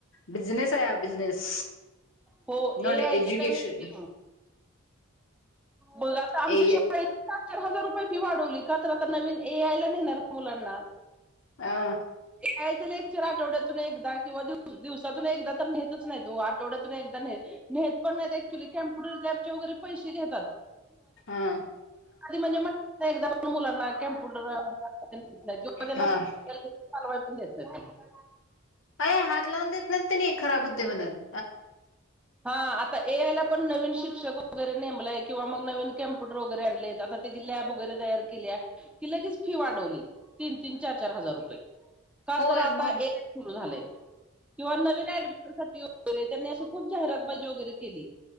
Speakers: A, on the left; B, in the centre.
A: बिझनेस आहे बिझनेस
B: हो
A: न
B: ए
A: एज्युकेशन
B: आय ची नवी स्कीम मग आता आमच्या
A: ए
B: शाळे सात चार हजार रुपये फी वाढवली का तर आता नवीन ए आयला नाहीेणार मुलांना
A: हह
B: यायचं लेक्चर आठवड्यातून एकदा किंवाव दिवसातून एकदा तर नेतच नाही तो आठवड्यातून एकदा न नेत पण नाहीत क््युली कम्पुटर लॅबचे वगैरे पैसे देतात
A: हा
B: आधी म्हणजे एकदा मुलांना कम्प्युटर किंवा त्यांना
A: हं.
B: त्या चालवाई पण देत नाही त्या
A: अ हात लावून देत नाही ते नाही खराब होते म्हणून
B: हा आता ए आयला पण नवीन शिक्षक वगैरेमय किंवा मग नवीन कॅम्प्युटर वगैरे आणले.. आता त्याची लॅब वगैरे तयार केली... कि लगेच फी वाढवली तीन तीन चार चार हजार रुपये का
A: होय
B: तर आता
A: मग
B: एक... सुरू झाय किंवा नवीन ऍडमिशन... र त्यांनी खूप जाहिरात बाजी वगैरे केली